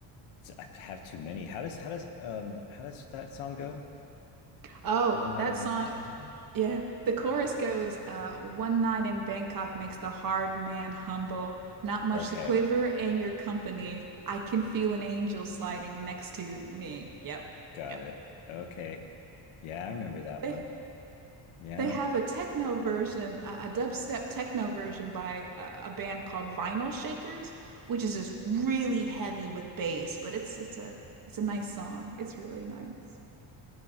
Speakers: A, on the left; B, on the right.
A: I have too many. How does how does um how does that song go?
B: Oh,
A: The one night
B: that
A: in Bangkok.
B: song.
A: How's it go?
B: Yeah, the chorus goes, uh, one night in Bangkok makes the hard man humble. Not much
A: Okay,
B: to quiver in your company. I can feel an angel sliding next to me. Yep.
A: got
B: Yep.
A: it. Okay, yeah, I remember that
B: They
A: one. Yeah,
B: they have a techno version, uh, a dubstep techno version by uh, a band called Vinyl Shakers, which is just really heavy with bass, but it's it's a it's a nice song. It's really nice.